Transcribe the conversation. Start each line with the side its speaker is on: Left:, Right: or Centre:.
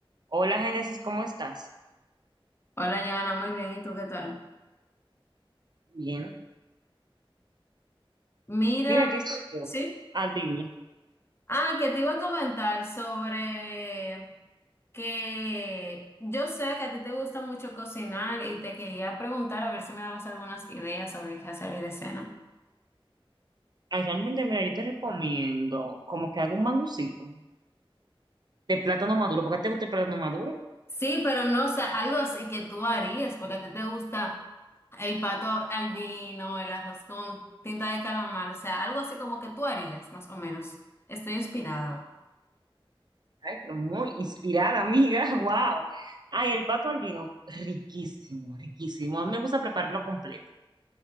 Right: Hola, Génesis, ¿cómo estás?
Left: Hola, Joana, muy bien. ¿Y tú qué tal?
Right: Bien.
Left: Mira,
Right: Mira, aquí estoy yo.
Left: sí.
Right: Ah, dime.
Left: Ah, que te iba a comentar sobre que yo sé que a ti te gusta mucho cocinar y te quería preguntar a ver si me dabas algunas ideas sobre qué hacer hoy de cena.
Right: Ay, realmente, mira, yo te recomiendo como que haga un mangucito de plátano maduro. ¿Por qué te gusta el plátano maduro?
Left: Sí, pero no sé, algo así que tú harías, porque a ti te gusta el pato al vino, el arroz con tinta de calamar, o sea, algo así como que tú harías, más o menos. Estoy inspirada.
Right: Ay, pero muy inspirada, amiga. <laughs> Wow. Ay, el pato al vino, riquísimo, riquísimo. A mí me gusta prepararlo completo.